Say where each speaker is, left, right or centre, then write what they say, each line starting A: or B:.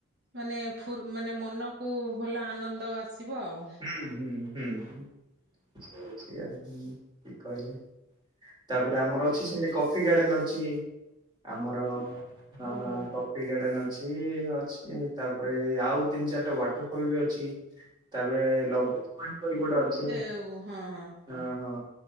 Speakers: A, on the right; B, on the right.
A: ମାନେ ଫୁର ମାନେ ମନକୁ ଭଲ ଆନନ୍ଦ ଆସିବ ଆଉ
B: ହଁ ହୁଁ ହୁଁ ସେୟା ହୁଁ କହିଲେ ତାପରେ ଆମର ଅଛି ସେଇଠି କଫି ଗାର୍ଡେନ ଅଛି ଆମର ହଁ ତ ଫ୍ରୀ ଗାର୍ଡେନ ଅଛି ଅଛି ତାପରେ ଆଉ ତିନି ଚାରିଟା ୱାଟର ଫଲ ବି ଅଛି ତାପରେ ଲଗୁଜ୍ ପଏଣ୍ଟ କହି ଗୋଟେ ଅଛି
A: ଓ ହଁ ହଁ
B: ଆ ହଁ